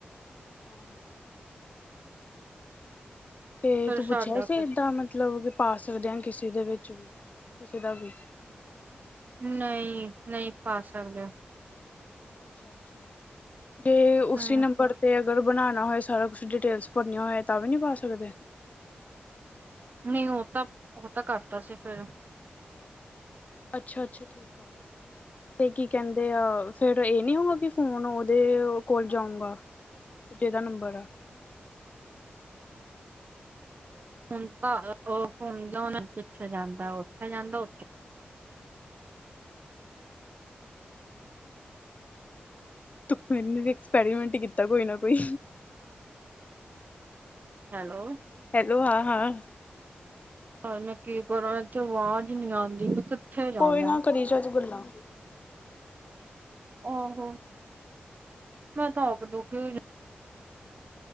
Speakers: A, on the left; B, on the right.
A: <unintelligible> ਤੇ
B: ਫਿਰ
A: ਤੂੰ ਪੁੱਛਿਆ
B: ਸਾਡਾ
A: ਸੀ ਇਦਾਂ ਮਤਲਬ। ਪਾ ਸਕਦੇ ਆ ਕਿਸੇ ਦੇ ਵਿੱਚ ਵੀ, ਕਿਸੇ ਦਾ ਵੀ
B: ਨਈ, ਨਈ ਪਾ ਸਕਦੇ।
A: ਅੱਛਾ-ਅੱਛਾ, ਜੇ ਉਸੀ
B: ਹੂੰ
A: ਨੰਬਰ ਤੇ ਅਗਰ ਬਣਾਣਾ ਹੋਏ, ਸਾਰਾ ਕੁਛ ਡਿਟੇਲਸ ਭਰਨੀਆਂ ਹੋ ਤਾਂ ਵੀ ਨੀ ਪਾ ਸਕਦੇ।
B: ਨਹੀਂ ਉਹ ਤਾਂ, ਉਹ ਤਾਂ ਕਰਤਾ ਸੀ ਫਿਰ।
A: ਅੱਛਾ ਅੱਛਾ ਠੀਕ ਆ, ਤੇ ਕੀ ਕਹਿੰਦੇ ਆ ਫੇਿਰ ਇਹ ਨੀ ਹੋਊਗਾ ਕਿ ਫੋਨ ਉਹਦੇ ਕੋਲ ਜਾਊਗਾ, ਜਿਹਦਾ ਨੰਬਰ ਆ।
B: ਹੁਣ ਤਾਂ ਉਹ ਹੁਣਿੱਥੇ ਜਾਂਦਾ, ਉੱਥੇ ਜਾਂਦਾ ਉਥੇ
A: ਤੂ, ਮੈਨੂ ਵੀ ਐਕਸਪੈਰੀਮੈਂਟ ਕੀਤਾ ਕੋਈ ਨਾ ਕੋਈ।
B: ਹੈਲੋ,
A: ਹੈਲੋ ਹਾਂ-ਹਾਂ,
B: ਪਰ ਮੈਂ ਕੀ ਕਰਾਂ ਮੈਂ ਇੱਥੇ ਆਵਾਜ਼ ਨੀ ਆਦੀ ਮੈਂ ਕਿੱਥੇ ਜਾਵਾਂ
A: ਕੋਈ ਨਾ ਕਰੀ ਜਾਓ ਜੀ ਗੱਲਾਂ
B: ਆਹੋ ਮੈਂ ਤਾਂ ਆਪ ਦੁਖੀ ਹੋ